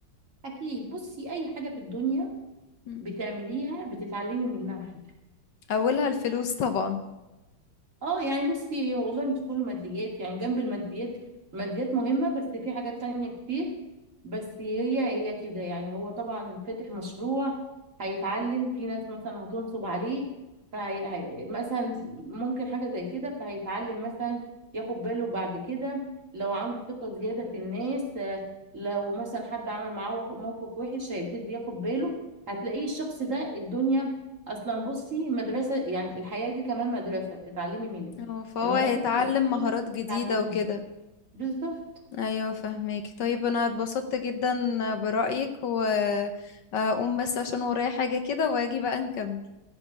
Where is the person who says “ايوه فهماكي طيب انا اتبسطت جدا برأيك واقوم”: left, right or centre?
Left